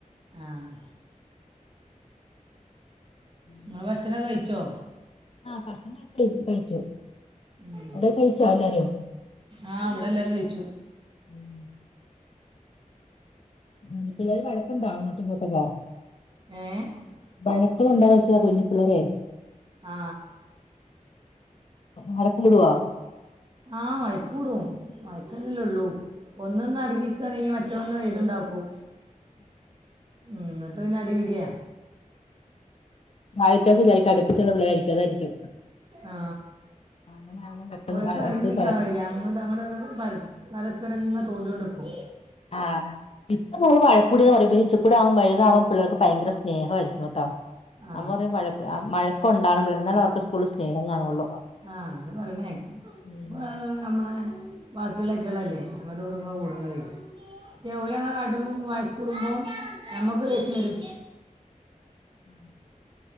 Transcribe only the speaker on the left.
ഉം
ആ ഭക്ഷണക്കെ കഴി കഴിച്ചു
അവിടെ കഴിച്ചോ എല്ലാരും
ഉം ഉം പിള്ളേര് വഴക്കുണ്ടോ അങ്ങോട്ട് ഇങ്ങോട്ടെക്കെ
വഴക്ക്കളുണ്ടോന്ന് വെച്ചാ കുഞ്ഞി പിള്ളെരെ
വഴക്ക് കൂടോ
ആ <unintelligible> വിചാരിക്ക അടുപ്പിച്ചുള്ള പിള്ളായിരിക്കും അതായിരിക്കും
അങ്ങനെ ആവുമ്പം പെട്ടെന്ന്
വഴ
എപ്പഴും വഴക്ക്
ആ ഇപ്പം നമ്മള് വഴക്കൂടന്ന് പറയും <unintelligible> ആവും വൽതാവമ്പം പിള്ളേർക്ക് ഭയങ്കര സ്നേഹായിരിക്കും കേട്ടോ
കൊറേ വയ മഴക്കുണ്ടാവണം പിള്ളേർക്ക് ഇന്നാലേ അവർക്ക് സ്കൂളിൽ സ്നേഹം കാണുള്ളൂ
ഉം
ആ